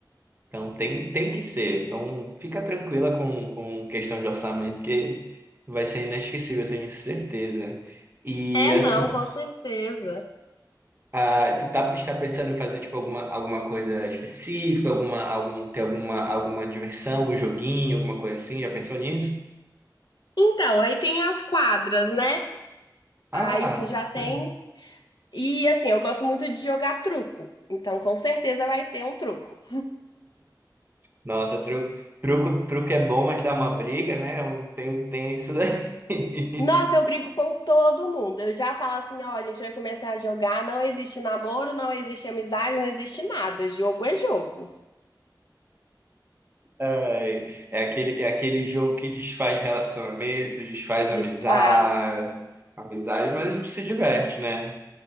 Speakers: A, on the right; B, on the left.
A: Então tem, tem que ser. Então fica tranquila com, com questão de orçamento, que vai ser inesquecível, eu tenho certeza. E
B: É,
A: assim,
B: não, com certeza.
A: ah, tu tá, está pensando em fazer tipo alguma, alguma coisa específica, alguma, algum, ter alguma, alguma diversão, algum joguinho, alguma coisa assim? Já pensou nisso?
B: Então, aí tem as quadras, né?
A: Ah,
B: Aí assim, já tem
A: hum,
B: E assim, eu gosto muito de jogar truco, então com certeza vai ter um truco.
A: nossa, truco, truco, truco é bom, mas dá uma briga, né? Um- Tem, tem isso daí. <laughs>
B: Nossa, eu brigo com todo mundo. Eu já falo assim, ó, a gente vai começar a jogar, não existe namoro, não existe amizade, não existe nada. Jogo é jogo.
A: Ai, É aquele, é aquele jogo que desfaz relacionamentos, desfaz amizade,
B: Desfaz.
A: amizade, mas a gente se diverte, né?